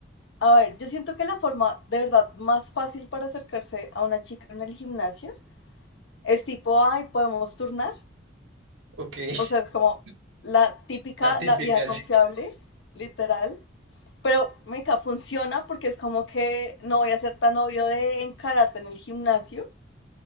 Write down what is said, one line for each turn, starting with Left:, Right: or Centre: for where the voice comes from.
Left: a ver, yo siento que la forma de verdad más fácil para acercarse a una chica en el gimnasio es tipo, ay, podemos turnar.
Right: Ok, <laughs>
Left: O sea, es como la típica,
Right: la típica,
Left: la vieja confiable,
Right: sí.
Left: literal. Pero, meca, funciona porque es como que no voy a ser tan obvio de encararte en el gimnasio.